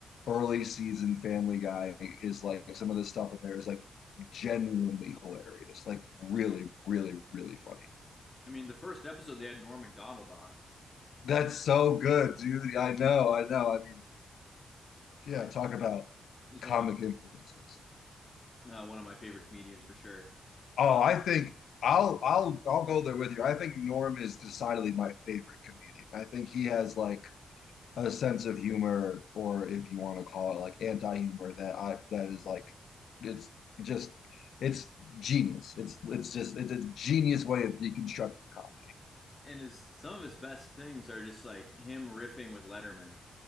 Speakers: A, on the left (about 80°); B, on the left (about 25°).
A: early season Family Guy is like some of the stuff in there is like genuinely hilarious, like really, really, really funny.
B: I mean, the first episode they had Norm Macdonald on,
A: That's so good, dude. I know, I know. I mean, yeah,
B: which
A: talk about
B: he's
A: comic
B: one of my
A: influences.
B: uh, one of my favorite comedians for sure.
A: Oh,
B: Um,
A: I think I'll I'll I'll go there with you. I think Norm is decidedly my favorite comedian. I think he has like a sense of humor, or if you want to call it like anti-humor that I that is like it's just it's genius. It's it's just it's a genius way of deconstructing comedy.
B: and his some of his best things are just like him riffing with Letterman.